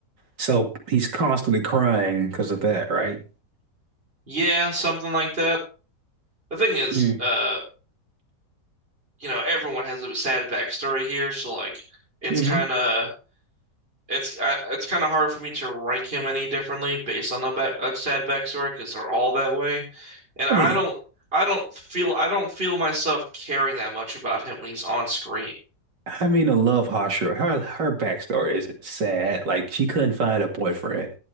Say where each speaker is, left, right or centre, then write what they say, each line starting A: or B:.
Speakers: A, on the right; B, on the right.
A: So he's constantly crying because of that, right?
B: yeah, something like that. The thing is,
A: Mm.
B: uh, you know, everyone has a sad backstory here, so like it's
A: hmm
B: kind of it's I, it's kind of hard for me to rank him any differently based on a back a sad backstory because they're all that way, and
A: I
B: I
A: mean,
B: don't I don't feel I don't feel myself caring that much about him when he's on screen.
A: I mean, I love Hashira. Her her backstory isn't sad. Like she couldn't find a boyfriend.